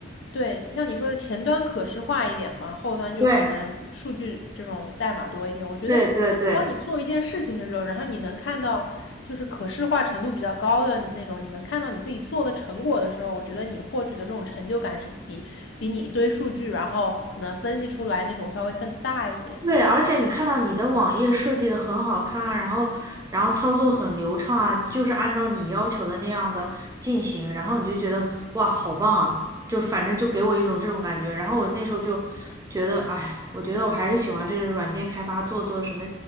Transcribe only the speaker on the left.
对，像你说的前端可视化一点嘛，后端就可能数据这种代码多一点。
我觉得，
当你做一件事情的时候，然后你能看到就是可视化程度比较高的你那种，你能看到你自己做的成果的时候，我觉得你获取的这种成就感是比比你一堆数据，然后可能分析出来那种稍微更大一点的。